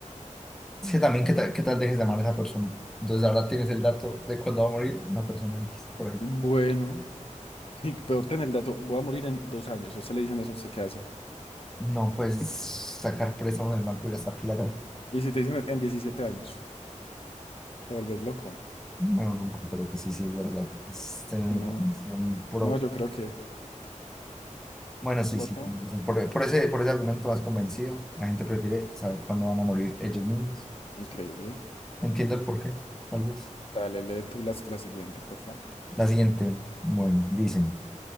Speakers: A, in the centre; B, on the left.
A: es que también qué tal, qué tal dejes de amar a esa persona. Entonces ahora tienes el dato de cuándo va a morir una persona X por ahí.
B: Bueno, <laughs> y peor tener el dato, voy a morir en dos años. Si a usted le dicen eso, ¿usted qué hace?
A: No puedes sacar préstamos en el banco y gastar plata.
B: Y si te dicen en 17 años. Te vuelves loco.
A: Bueno, un poquito lo que sí, sí es verdad. Es tener
B: No,
A: información propia.
B: no, yo creo que
A: Bueno,
B: votemos.
A: sí, sí. Por, por ese, por ese argumento vas convencido. La gente prefiere saber cuándo van a morir ellos mismos.
B: Increíble.
A: Entiendo el porqué, tal vez.
B: Dale, lee tú la, la siguiente, por favor.
A: La siguiente, bueno, dicen,